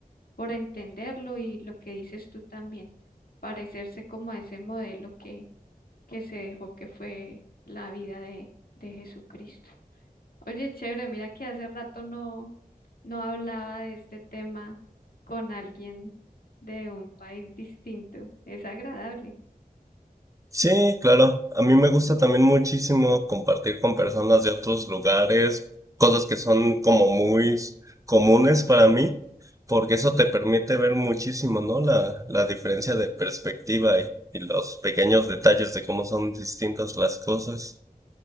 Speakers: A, on the left; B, on the right.
A: por entenderlo y lo que dices tú también, parecerse como a ese modelo que, que se dejó que fue la vida de, de Jesucristo. Oye, chévere, mira que hace rato no, no hablaba de este tema con alguien de un país distinto. Es agradable.
B: Sí, claro. A mí me gusta también muchísimo compartir con personas de otros lugares, cosas que son como muy s- comunes para mí, porque eso te permite ver muchísimo, ¿no? La, la diferencia de perspectiva y, y los pequeños detalles de cómo son distintas las cosas.